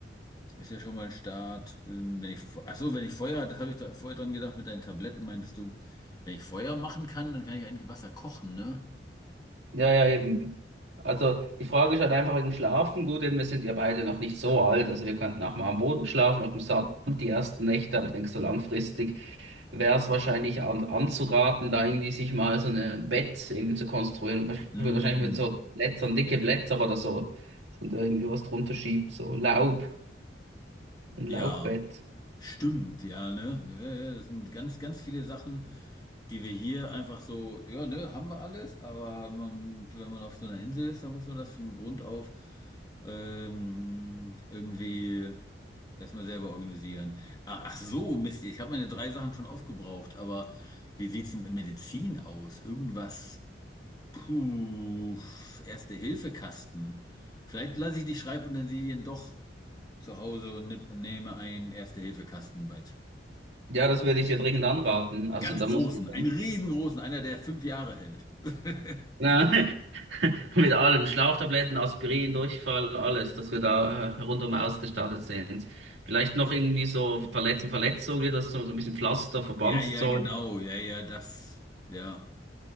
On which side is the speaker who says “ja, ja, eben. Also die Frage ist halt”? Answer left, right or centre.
Right